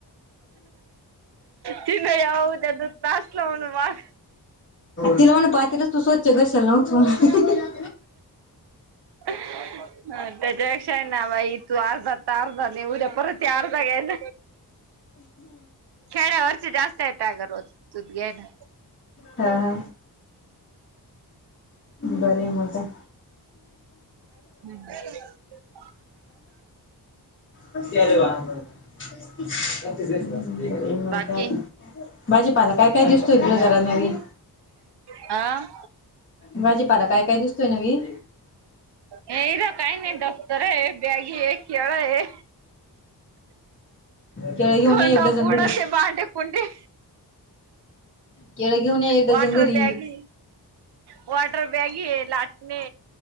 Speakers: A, on the right; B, on the left.
A: चिन यऊद <unintelligible> लास्टला म्हणून वार
B: तिला म्हण, पातेलच तू स्वचछ घशाला नव्हत.
A: ह त्याच्यापेक्षा ना बाई तू आज जात तार झाले, उद्या परत या अर्धा घ्यायल खेड्यावरची जास्त येतात रोज दूध घ्यायला.
B: हा, हा बरय मग काय?
A: हम् ह
B: वार <unintelligible> ते म्हणतात
A: बाकी
B: भाजीपाला काय काय दिसतोय गुरोजरा नवीन.
A: आ.
B: भाजीपाला काय काय दिसतोय नवीन.
A: ए तर काही नाही दफ्तर ए बॅगी ए केलं ए.
B: केळ घेऊन
A: थंड
B: या एक डझन
A: बुड
B: घरी
A: ते बांडे कुंडी.
B: केळ घेऊन या एक डझन
A: वॉटर
B: घरी
A: बॅगी वाॉटर बॅगी, हे लाटणे,